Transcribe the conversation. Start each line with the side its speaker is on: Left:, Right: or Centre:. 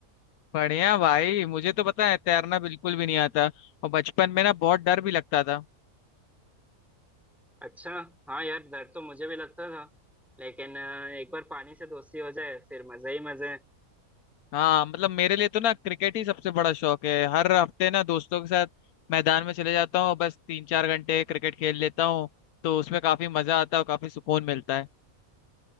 Left: बढ़िया भाई मुझे तो पता है तैरना बिल्कुल भी नहीं आता और बचपन में ना बहुत डर भी लगता था
Centre: अच्छा हाँ यार डर तो मुझे भी लगता था लेकिन आ, एक बार पानी से दोस्ती हो जाए फिर मजे ही मजे हैं।
Left: हाँ मतलब मेरे लिए तो ना क्रिकेट ही सबसे बड़ा शौक है हर हफ्ते ना दोस्तों के साथ मैदान में चले जाता हूँ बस तीन चार घंटे क्रिकेट खेल लेता हूँ तो उसमें काफी मजा आता है और काफी सुकून मिलता है